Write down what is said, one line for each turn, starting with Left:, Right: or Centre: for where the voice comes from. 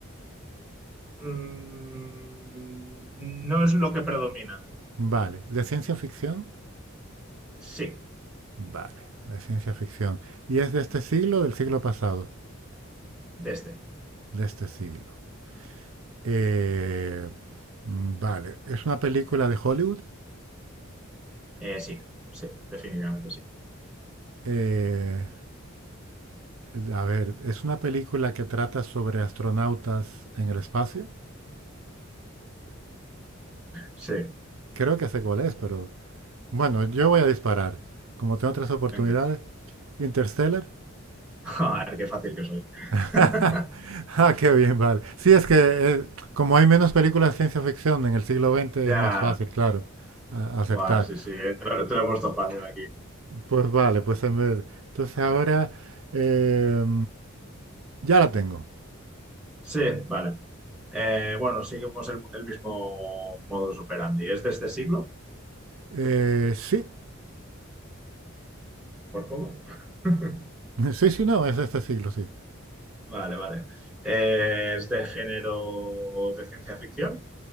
Centre: Mm, no es lo que predomina.
Right: Vale. ¿De ciencia ficción?
Centre: Sí,
Right: Vale, de ciencia ficción. ¿Y es de este siglo o del siglo pasado?
Centre: de este.
Right: De este siglo. Eh, mm, vale. ¿Es una película de Hollywood?
Centre: Eh, sí, sí, definitivamente sí.
Right: Eh, eh, A ver, es una película que trata sobre astronautas en el espacio.
Centre: Sí,
Right: Creo que sé cuál es, pero bueno, yo voy a disparar. Como tengo tres oportunidades,
Centre: venga.
Right: Interstellar.
Centre: <laughs> A ver qué fácil que soy.
Right: <laughs>
Centre: <laughs>
Right: Ah, qué bien, vale. Sí, es que eh, como hay menos películas de ciencia ficción en el siglo XX
Centre: Ya.
Right: es más fácil, claro, a- acertar.
Centre: Guau, sí, sí, eh, te lo, te lo he puesto fácil aquí.
Right: Pues vale, pues en vez. Entonces ahora eh, ya la tengo.
Centre: Sí, vale. Eh, bueno, seguimos el, el mismo modus operandi. ¿Es de este siglo?
Right: Eh, sí,
Centre: Por poco. <laughs>
Right: <laughs> sí, sí, no, es de este siglo, sí.
Centre: Vale, vale. Eh, ¿es de género de ciencia ficción?